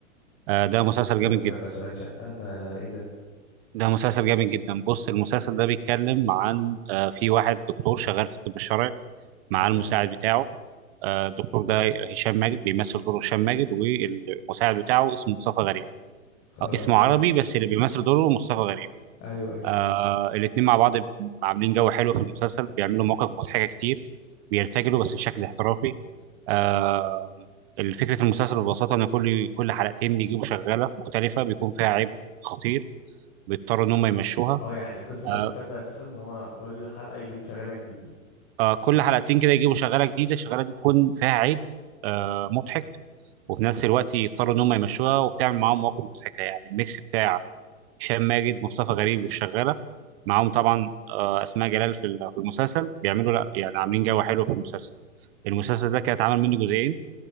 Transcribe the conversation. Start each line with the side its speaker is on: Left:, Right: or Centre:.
Right: آه، ده مسلسل جامد
Left: مسلسل
Right: جدا
Left: أشغال شقة ده إيه ده؟
Right: ده مسلسل جامد جدا بص المسلسل ده بيتكلم عن آه، في واحد دكتور شغال في الطب الشرعي مع
Left: تمام
Right: المساعد بتاعه آه، الدكتور ده هشام ماجد بيمثل دوره هشام ماجد والمساعد بتاعه اسمه مصطفى غريب
Left: خلاص
Right: أو اسمه عربي
Left: ماشي
Right: بس اللي بيمثل دوره مصطفى غريب
Left: أيوة قشطة
Right: آه الاتنين مع بعض عاملين جو حلو في المسلسل بيعملوا مواقف مضحكة كتير بيرتجلوا بس بشكل احترافي آه فكرة المسلسل ببساطة إن كل كل حلقتين بيجيبوا شغالة مختلفة بيكون فيها عيب خطير بيضطروا إن هم يمشوها
Left: اه يعني قصه
Right: آه
Left: المسلسل اساسا ان هو كل حلقه يجيبوا شغاله جديده
Right: آه كل حلقتين كده يجيبوا شغالة جديدة الشغالة دي تكون فيها عيب آه مضحك وفي نفس الوقت يضطروا إن هم يمشوها وبتعمل معاهم مواقف مضحكة يعني الميكس بتاع هشام ماجد مصطفى غريب والشغاله معاهم طبعا آه، اسماء جلال في ال- في المسلسل بيعملوا لا يعني عاملين جو حلو في المسلسل المسلسل ده كان اتعمل منه جزئين